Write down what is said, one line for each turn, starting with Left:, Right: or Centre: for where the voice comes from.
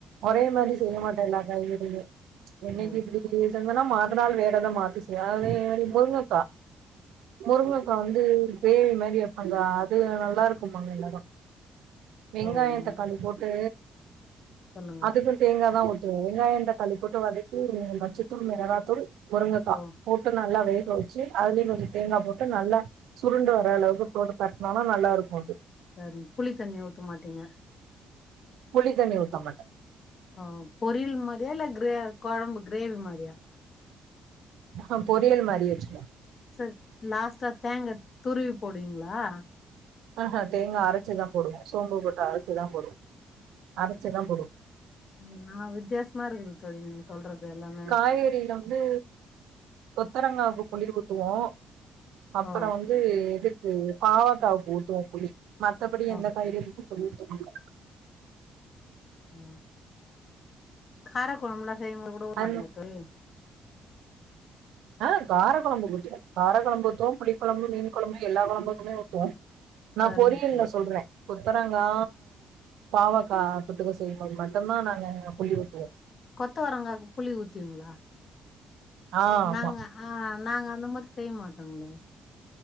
Right: ஒரே மாரி செய்ய மாட்டே எல்லா காய்கறியுமே இன்னக்கி
Left: ஓ
Right: இப்டி செஞ்சன்னா மறுநாள் வேற வேற மாரி செய்வே அதே மாரி முருங்கக்கா முருங்கக்கா வந்து க்ரேவி மாரி வெப்பக்கா அது நல்லா இருக்கும்பாங்க எல்லாரு வெங்காயோ
Left: ஓ ம்
Right: தக்காளி போட்டு
Left: சொல்லுங்க
Right: அதுக்கு தேங்கா தா ஊத்துவே வெங்காயோ தக்காளி போட்டு வதக்கி வச்சுட்டு மிளகாத்தூள் முருங்கக்கா
Left: ஓ
Right: போட்டு நல்லா வேக வச்சு அதுலயு கொஞ்சோ தேங்கா போட்டு நல்லா சுருண்டு வர அளவுக்கு போட்டு பெரட்னாதா நல்லா இருக்கு அது
Left: சரி புளி தண்ணி ஊத்த மாட்டீங்க
Right: புளிதண்ணி ஊத்தமாட்ட
Left: அ பொரியல் மாரியா இல்ல கிரே கொழம்பு கிரேவி மாரியா
Right: அஹூ பொரியல் மாரி வச்சிருவ
Left: சரி லாஸ்டா தேங்கா துருவி போடுவிங்ளா
Right: ஆஹூ தேங்கா அரச்சிதா போடுவோ சோம்பு போட்டு அரச்சிதா போடுவோ... அரச்சிதா போடுவோ
Left: அ எல்லா வித்தியாசமா இருக்குது தோழி நீங்க சொல்றது எல்லாமே
Right: காய்கறியில்லா வந்து கொத்தரங்காவுக்கு புளி ஊத்துவோ அப்றோ
Left: ஓ
Right: வந்து இதுக்கு பாவக்காவுக்கு ஊத்துவோ புளி மத்தபடி
Left: ஓ
Right: எந்த காய்கறி சொல்லிட் இருந்தாங்க
Left: அ கார கொலம்புலா செய்யவுடவு
Right: அந்
Left: மாட்டங்களா தோழி
Right: ஆ கார கொழம்பு ஊத்துவோ கார கொழம்பு ஊத்துவோ புளி கொழம்பு மீன் கொழம்பு எல்லா கொழம்புக்குமே ஊத்துவோ நா
Left: சரிங்க
Right: பொரியல்ல
Left: தோழி
Right: சொல்றே கொத்தரங்கா பாவக்கா புட்டுக்க செய்யுபோது மட்டுதா நாங்க புளி ஊத்துவோ
Left: கொத்த வரங்காக்கு புளி ஊத்துவீங்களா
Right: ஆ ஆமா
Left: நாங்க ஆ நாங்க அந்த மாரி செய்ய மாட்டேங்ளே